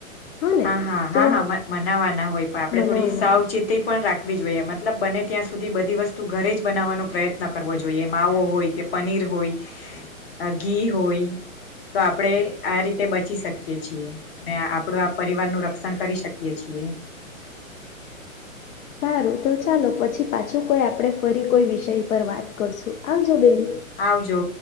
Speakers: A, on the left; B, on the left.
A: ને
B: હા હા હા
A: તો
B: હા મ મનાવાના હોય પણ આપડે
A: મનાવાના
B: થોડી સાવચેતી પણ રાખ- વી જોઈએ મતલબ બને ત્યાં સુધી બધી વસ્તુ ઘરે જ બનાવવાનો પ્રયત્ન કરવો જોઈએ માવો હોય કે પનીર હોય અ ઘી હોય તો આપણે આ રીતે બચી શકીએ છીએ અને આપડો પરિવાર નું રક્ષણ કરી શકીએ છીએ
A: સારું તો ચાલો પછી પાછું કોઈ આપણે ફરી કોઈ વિષય પર વાત કરશું આવજો બેન.
B: આવજો.